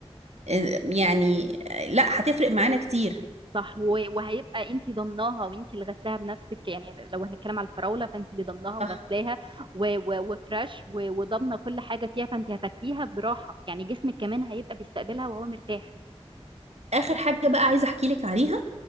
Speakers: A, on the right (about 80°); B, on the right (about 50°).
A: آه، يعني آه، لا هتفرق معانا كتير
B: صح و- وهيبقى انت ضمناها وانت اللي غسلاها بنفسك يعني لو هنتكلم على الفراوله فانت اللي ضمناها وغسلاها
A: صح
B: و- و- وفريش و- وضامنه كل حاجه فيها فانت هتاكليها براحه يعني جسمك كمان هيبقى بيستقبلها وهو مرتاح
A: اخر حاجه بقى عايزه احكي لك عليها